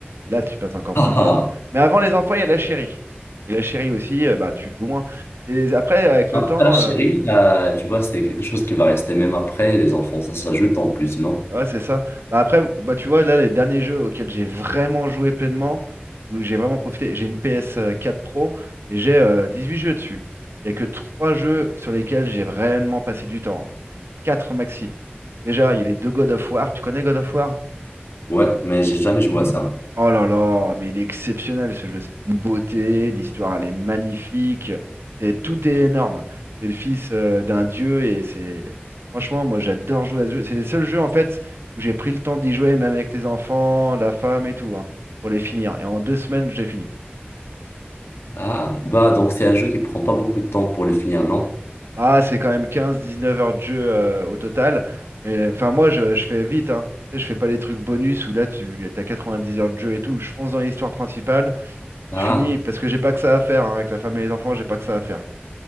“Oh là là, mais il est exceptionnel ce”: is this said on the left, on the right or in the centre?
Right